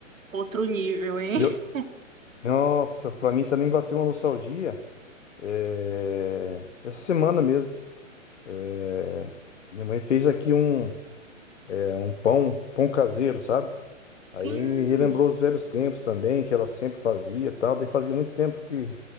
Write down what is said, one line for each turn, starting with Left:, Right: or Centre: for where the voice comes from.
Right: Outro nível, hein?
Left: E
Right: <laughs>
Left: eu, nossa, pra mim também bateu uma nostalgia, é, essa semana mesmo. É, minha mãe fez aqui um É um pão, pão caseiro, sabe?
Right: Sim,
Left: Aí me relembrou os velhos tempos também, que ela sempre fazia e tal. Daí fazia muito tempo que,